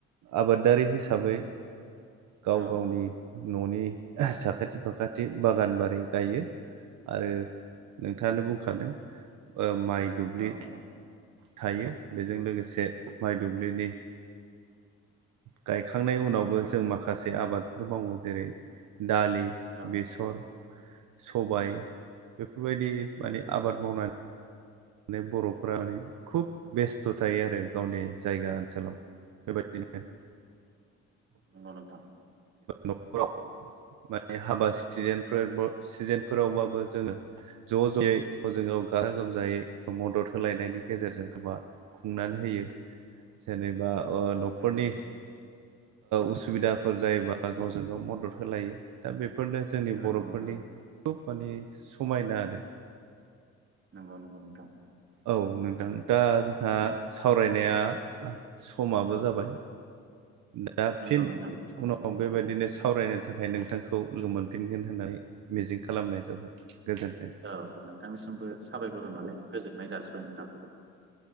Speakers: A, on the right; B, on the right.
A: आबादारि हिसाबै गाव
B: औ
A: गावनि न'नि साखाथि फाखाथि बागान बारि गायो। आरो नोंथाङानो बुंखादों माइ दुब्लि
B: औ नोंथां
A: थायो बेजों लोगोसे माइ दुब्लिनि गायखांनायनि उनावबो जों माखासे आबादफोर मावो जेरै दालि
B: औ
A: बेसर सबाय बेफोरबायदि माने
B: नंगौ
A: आबाद मावनानै माने बर'फ्रा माने खुब बेस्थ' थायो आरो गावनि जायगा ओनसोलाव बेबादिनो
B: नोंगौ नोंथां।
A: न'खराव माने हाबा सिथिनफोर सिजेनफोरावबाबो जोङो ज' ज'यै जोङो गाजा गोमजायै मदद होलायनायनि गेजेरजों होबा खुंनानै होयो जेनेबा ओ न'खरनि
B: नंगौ
A: उसुबिदाफोर जायोबा गावजों गाव मदद होलायो दा बे फोरनो जोंनि
B: नंगौ
A: बर'फोरनि
B: नोंथां
A: खुब माने समायना आरो।
B: नंगौ नंगौ नोंथां।
A: औ नोंदां दा सावरायनाया समाबो
B: औ
A: जाबाय। दा फिन
B: नंगौ नोंथां समाबो
A: उनाव बेबायदिनो
B: जाबाय औ
A: सावरायनो थाखाय नोंथांखौ लोगो मोनफिनगोन होननानै मिजिं खालामनाय जाबाय। गोजोन्थों
B: औ नोंथांनिसिमबो साबायखर होनानै गोजोननाय जासिबाय नोंथां।